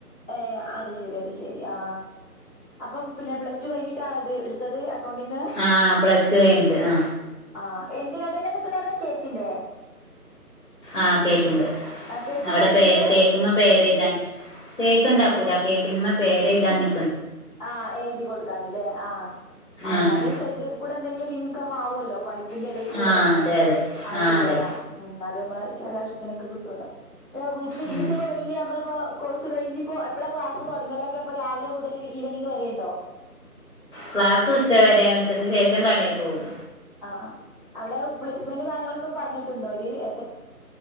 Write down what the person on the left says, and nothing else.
ആഹ പ്ലസ് ടു കഴിഞ്ഞിട്ട് ആ
ആഹ് കേക്കിന്റെ
അവിടെ
പേ
കേക്ക് പേരെഴുതാൻ കേക്ക് ഇണ്ടാക്കൂല കേക്കിന്മെ പേര് എഴുതാന്
ആഹ്
ആഹ്
ആഹ് അതെ അതെ
ആഹ്
അതെ
ഉം
ക്ലാസ് ഉച്ച വരെ ഉച്ചക്ക് ശേഷം കടയിൽ പോവും